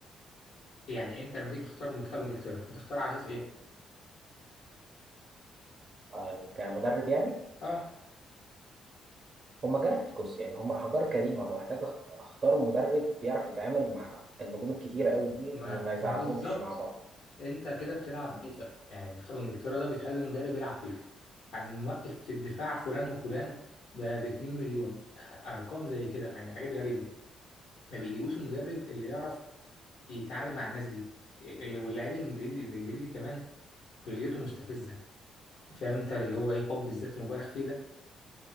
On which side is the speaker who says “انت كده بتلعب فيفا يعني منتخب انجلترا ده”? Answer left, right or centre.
Left